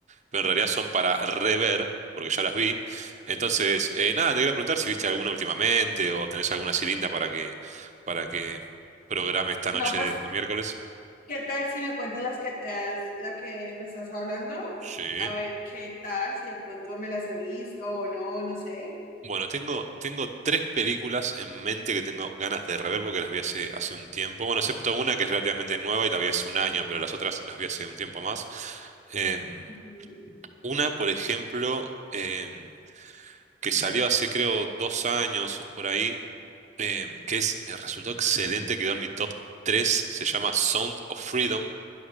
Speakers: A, on the right; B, on the left.
A: pero en realidad son para rever, porque ya las vi. Entonces, eh, nada, te quería preguntar si viste alguna últimamente o tenés alguna cilinda para que, para que programe esta
B: No,
A: noche
B: pues,
A: de miércoles.
B: ¿qué tal si me cuentas las que te has, la que me estás hablando?
A: Sí.
B: A ver qué tal, si de pronto me las he visto o no, no sé.
A: Bueno, tengo, tengo tres películas en mente que tengo ganas de rever porque las vi hace, hace un tiempo. Bueno, excepto una que es relativamente nueva y la vi hace un año, pero las otras las vi hace un tiempo más. Em,
B: Ujú.
A: una, por ejemplo, em, que salió hace creo dos años por ahí, em, que es, me resultó excelente, quedó en mi top tres se llama Sound of Freedom,